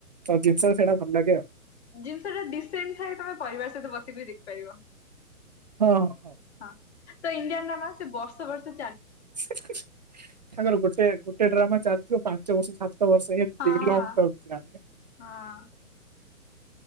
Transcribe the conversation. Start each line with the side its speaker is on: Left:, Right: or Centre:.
Right: ତ ଜିନିଷ ସେଇଟା ଭଲଲାଗେ ଆଉ।
Left: ଜିନିଷଟା ଡିସେଣ୍ଟଥାଏ ତମେ ପରିବାର ସହିତ ବସିକି ବି ଦେଖିପାରିବ।
Right: ହଁ ହ।
Left: ହଁ ତ ଇଣ୍ଡିଆରନା ସେ ବର୍ଷେ ବର୍ଷେ
Right: ହିଁ ହିଁ ତାପରେ ଗୋଟେ ଗୋଟେ ଡ୍ରାମା ଚାଲିଥିବ ପାଞ୍ଚ ବର୍ଷ ସାତ ତ ବର୍ଷ ଏମିତି
Left: ହଁ
Right: ଲଙ୍ଗ ଟମ୍ କ୍ଲାପ୍ ରେ।
Left: ହଁ